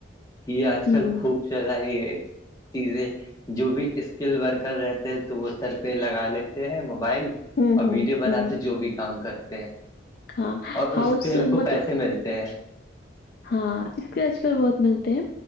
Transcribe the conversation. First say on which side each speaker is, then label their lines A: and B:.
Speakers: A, on the left; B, on the left.
A: یہ آج کل
B: ہوں
A: خوب چرائی ہے چیزیں جو بھی اسکل ورکر رہتے ہیں تو وہ سر پہ لگا لیتے ہیں موبائل
B: ہوں
A: اور
B: ہوں
A: ویڈیو بناتے
B: ہوں
A: جو بھی کام کرتے ہیں
B: ہاں
A: اور
B: ہؤس
A: اس کے ان کو
B: ملب
A: پیسے ملتے ہیں
B: ہاں اس آج کل بہت ملتے ہیں